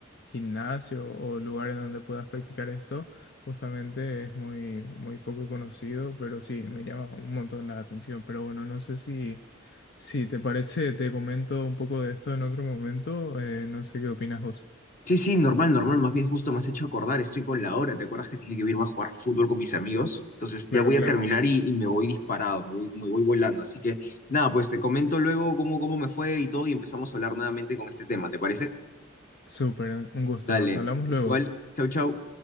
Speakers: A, on the left; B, on the left.
A: gimnasio o lugar en donde puedas practicar esto. Justamente es muy, muy poco conocido, pero sí, me llama un montón la atención. Pero bueno, no sé si, si te parece, te comento un poco de esto en otro momento. eh, no sé qué opinas vos.
B: Sí, sí, normal, normal, más bien justo me has hecho acordar, estoy con la hora, ¿te acuerdas que te dije que iba a jugar fútbol con mis amigos? Entonces ya
A: Claro,
B: voy
A: claro.
B: a terminar y, y me voy disparado, me voy, me voy volando, así que nada, pues te comento luego cómo, cómo me fue y todo y empezamos a hablar nuevamente con este tema, ¿te parece?
A: Súper, un gusto.
B: Dale,
A: Hablamos
B: igual,
A: luego.
B: chau, chau.